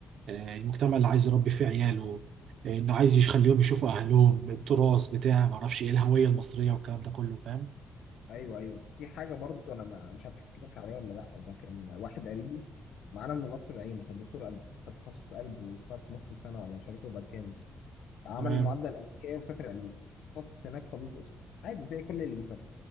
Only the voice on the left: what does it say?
ايوه ايوه في حاجه برضه انا ما مش عارف احكي لك عليها ولا لا ده كان واحد قريبي معانا من القصر العيني كان دكتور قلب خد تخصص قلب واشتغل في مصر سنه ولا مش عارف ايه، وبعد كده مش عمل
المعادله الامريكيه وسافر امريكا تخصص هناك طبيب اسره عادي زي كل اللي بيسافر